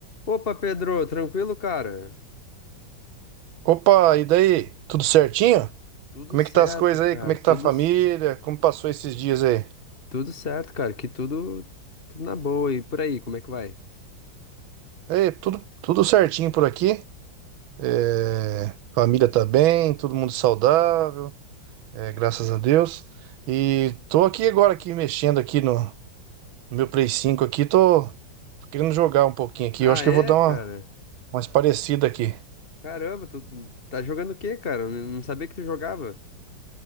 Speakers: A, on the left; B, on the right.
A: Opa, Pedro, tranquilo, cara?
B: Opa, e daí? Tudo certinho?
A: Tudo
B: Como
A: certo,
B: é que tá as coisas
A: cara.
B: aí? Como é
A: Tudo,
B: que tá a família? Como passou esses dias aí?
A: tudo certo, cara. Que tudo, tudo na boa. E por aí, como é que vai?
B: É, tudo, tudo certinho por aqui. É, família tá bem, todo mundo saudável, é, graças a Deus. E tô aqui agora aqui mexendo aqui no, no meu Play cinco aqui, tô, tô querendo jogar um pouquinho aqui.
A: Ah,
B: Eu acho que
A: é,
B: eu vou dar
A: cara?
B: uma mais parecida aqui.
A: Caramba, tu tá jogando o quê, cara? Eu Não sabia que tu jogava.